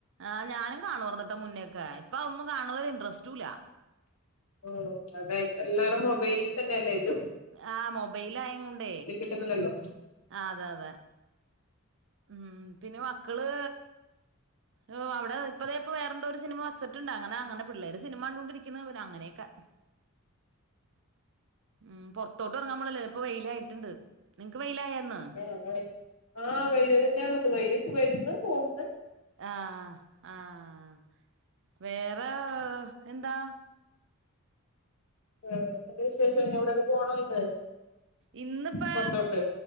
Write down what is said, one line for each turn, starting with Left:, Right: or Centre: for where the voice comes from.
Right: ആ ഞാനും കാണോർന്ന്ട്ടൊ മുന്നേക്കെ ഇപ്പൊ ഒന്നും കാണവര് ഇൻറസ്റ്റല്ല
Left: ഉ അതായി എല്ലാരും മൊബൈലിൽ തന്നെ അല്ലേ എല്ലു
Right: ആഹ മൊബൈലായങ്ങോണ്ട
Left: ട്ട്ലല്ലോ
Right: ആ അതെ അതെ ഉം പിന്നെ മക്കള് ഓ അവിടെ ഇപ്പോതേപ്പപ്പോ വേറെന്ത ഒരു സിനിമ വച്ചട്ടുണ്ട് അങ്ങനെ അങ്ങനെ പിള്ളേര് സിനിമ കണ്ട കൊണ്ടിരിക്കുന്നത് അങ്ങനെയൊക്കെ ഉം പൊറത്തോട്ട് ഉറങ്ങാൻ പോളല്ലേ ഇപ്പൊ വെയിലായിട്ടുണ്ട് നിങ്ങക്ക് വെയിലായന്ന്
Left: ആ ആ ആഹ വായിൽ തന്നെയ ഉള്ളത് വരും വന്ന് പോകുന്നു
Right: ആഹ ആഹ വേറെ എന്താ
Left: വേറെന്തന്റെ വിശേഷം എവിടെയൊക്കെ പോണോ ഇന്ന്
Right: ഇന്നിപ്പൊ
Left: പുറത്തോട്ട്